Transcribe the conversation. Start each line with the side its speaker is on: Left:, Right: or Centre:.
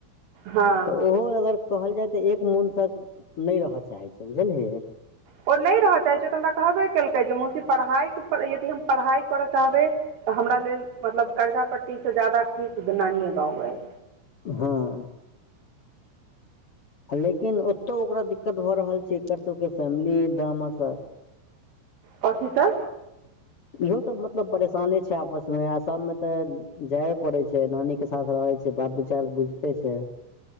Right: हँ
Left: तऽ ओहो अगर कहल जाय तऽ एक मोनसँ नै रह चाहै छै बुझलहि
Right: ओ नै रह चाहै छै तऽ हमरा कहबे केलकै जे मौसी पढ़ाइ यदि हम पढ़ाइ करय चाहबै तऽ हमरा लेल मतलब कर्जा पट्टी स ज्यादा ठीक नानीय गाँव अय।
Left: हँ लेकिन ओतौ ओकरा दिक्कत भऽ रहल छै एकर सबके फैमिली ड्रामा स
Right: कथी सँ?
Left: इहो सब मतलब परेशाने छै आपस मे आ सब मे त जाए पड़ै छै नानी के साथ रहै छै से बात विचार बुझते छै।